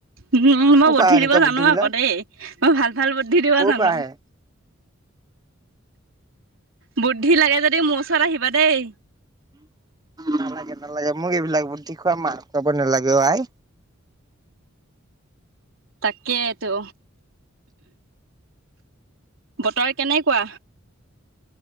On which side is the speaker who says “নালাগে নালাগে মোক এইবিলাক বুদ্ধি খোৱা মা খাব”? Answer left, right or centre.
Right